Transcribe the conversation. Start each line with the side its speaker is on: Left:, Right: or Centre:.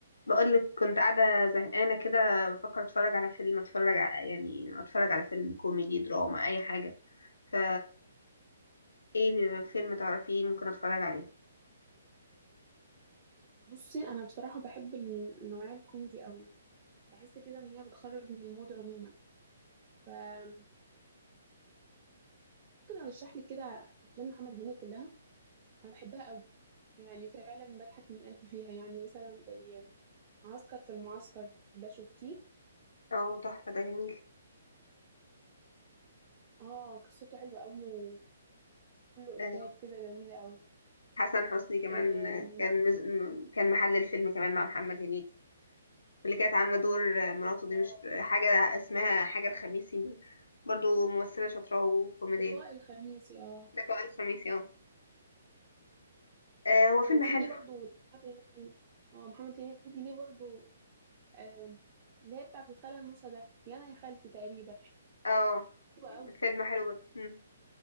Left: بقولك كنت قاعدة زهقانة كده بفكر اتفرج على فيلم اتفرج على يعني اتفرج على فيلم كوميدي دراما اي حاجة فا ايه فيلم تعرفيه ممكن اتفرج عليه
Right: بصي انا بصراحه بحب النوعيه الكوميدي قوي بحس كده ان هي بتخرج من المود عموما فممكن ارشح لك كده افلام محمد هنيدي كلها انا بحبها قوي يعني فعلا بضحك من قلبي فيها يعني مثلا زي عسكر في المعسكر ده شفتيه
Left: اه تحفة ده جميل
Right: اه قصته حلوه قوي وكله افيهات
Left: آه،
Right: كده جميله قوي
Left: حسن حسني كمان
Right: آم،
Left: آه، كان مز... م- كان محل الفيلم كمان مع محمد هنيدي واللي كانت عاملة دور آه، مراته
Right: اه
Left: دي مش حاجة اسمها حاجة الخميسي برضو ممثلة شاطرة وكوميدية
Right: لقاء الخميس اه
Left: لقاء الخميسي اه آه، هو
Right: آه،
Left: فيلم
Right: وفي
Left: حلو
Right: ليه برضو محمد هنيدي اه محمد هنيدي ليه برضو آم، اللي هي بتاعة الخالة النوسة ده يا أنا يا خالتي تقريبا
Left: اه
Right: حلوة أوي
Left: فيلم حلو جدا